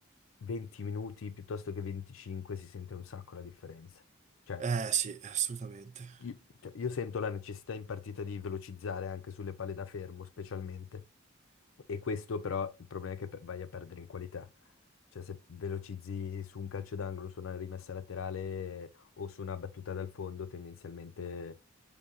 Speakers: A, on the left; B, on the right.
A: 20 minuti piuttosto che 25 si sente un sacco la differenza. Cioè,
B: eh, sì, assolutamente.
A: io, cioè, io sento la necessità in partita di velocizzare anche sulle palle da fermo, specialmente. E questo però il problema è che pe- vai a perdere in qualità. Cioè, se velocizzi su un calcio d'angolo, su una rimessa laterale o su una battuta dal fondo, tendenzialmente